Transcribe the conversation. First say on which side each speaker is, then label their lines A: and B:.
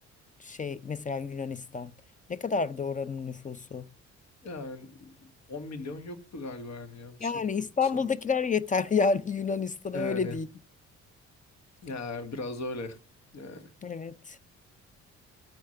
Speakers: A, on the left; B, on the left.
A: şey mesela Yunanistan. Ne kadardı oranın nüfusu?
B: Yani 10 milyon yoktu galiba yani yanlış
A: Yani
B: hatırlamıyorsam.
A: İstanbul'dakiler yeter <laughs> yani Yunanistan'a
B: Yani
A: öyle değil.
B: yani biraz öyle yani.
A: Evet.